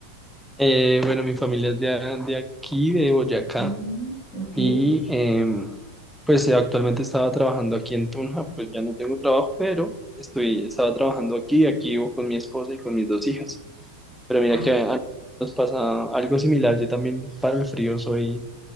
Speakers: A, in the centre; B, on the left (about 15°).
A: Eh, bueno, mi familia es de, a- de aquí, de Boyacá,
B: Mm, ok.
A: y em, pues eh, actualmente estaba trabajando aquí en Tunja, pues ya no tengo trabajo, pero estoy, estaba trabajando aquí, aquí vivo con mi esposa y con mis dos hijas. Pero mira
B: Ah,
A: que a nos pasa algo similar. Yo también para el frío soy,